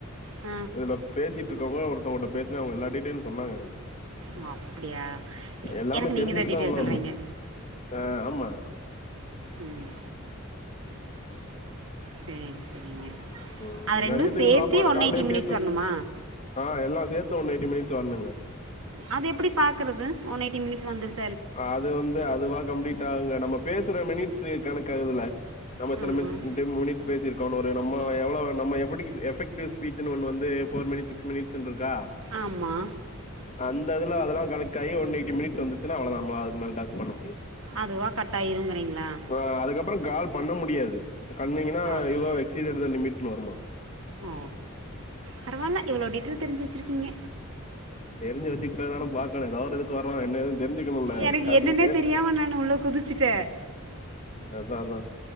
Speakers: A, on the right; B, on the left.
A: அ
B: இதுல பேசிட்டு இருக்கவுங்க ஒருத்தவ்ங்கிட்ட பேசுனே அவுங்க எல்லா டீட்டைலு சொன்னாங்க எனக்கு
A: ஓ அப்டியா
B: எல்லாமே
A: எனக்கு
B: தெரிஞ்சுட்டு
A: நீங்கதா டீட்டைல்
B: தான் உள்ள
A: சொல்றீங்க
B: வரணும். ஆ ஆமா
A: ம் சேரி செரிங்க
B: ம்
A: அது ரெண்டு
B: மதியத்துக்கும்
A: சேத்தே
B: சாப்பாடு
A: ஒன்
B: காலையிலேயே
A: எயிட்டி மினிட்ஸ்
B: சேர்த்து
A: வரணுமா
B: ஆ எல்லா சேத்து ஒன் எயிட்டி மினிட்ஸ் வரனுங்க
A: அது எப்டி பாக்குறது ஒன் எயிட் டி மினிட்ஸ் வந்துர்ச்
B: ஆ அது வந்து அதுவா கம்ப்ளீட் அது நம்ம பேசுற மினிட்ஸு கணக்கு அதுல்ல நம்ம எத்தன
A: ஆமாம்
B: மினிஸ் மினிட்ஸ் பேசிருக்கோ ஒரு நம்ம எவ்ளோ நம்ம எபடிக்ஸ் எஃபக்டிவ்ஸ் ஸ்பீச் ன்னு ஒன்னு வந்து ஃபோர் மினிட்ஸ் சிக்ஸ் மினிட்ஸ்னு இருக்கா
A: ஆமா
B: அந்த இதுல அதெல்லா கணக்காயி ஒன் எயிட்டி மினிட்ஸ் வந்துருச்சுன்னா அவளே தா நம்ம அதுக்கு மேல டாஸ்க் பண்ண முடியாது
A: அதுவா கட்டாயிருங்குறீங்களா
B: இப்ப அதுக்கப்புறோ கால் பண்ண முடியாது கண்ணீங்கன்னா
A: okay
B: you are exceeded the லிமிட்னு வருமா
A: ஓ பரவால்ல இவ்ளோ டீட்டெல் தெரிஞ்சு வச்சிருக்கீங்க
B: தெரிஞ்சு வச்சுகிட்டாதான பாக்கனு எதாவது ஒரு இதுக்கு வரோ என்னதுன்னு தெரிஞ்சுக்கணும்ல
A: எனக்கு
B: ஷ்டார்டிங்
A: என்னன்னே
B: <unintelligible>
A: தெரியாமல் நான் உள்ளே குதிச்சிட்டேன்
B: அதா அதா